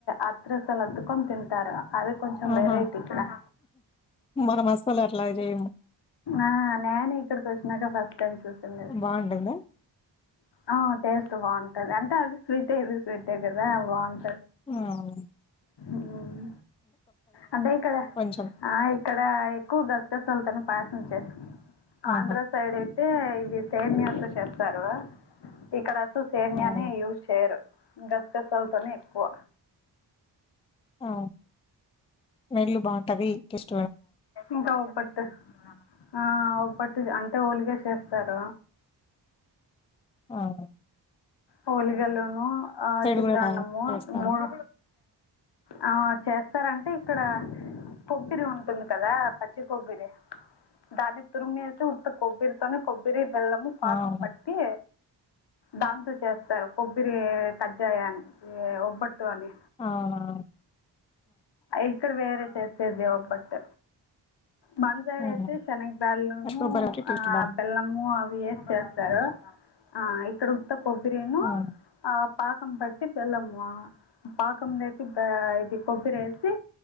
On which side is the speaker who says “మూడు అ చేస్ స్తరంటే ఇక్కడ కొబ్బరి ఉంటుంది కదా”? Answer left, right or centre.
Left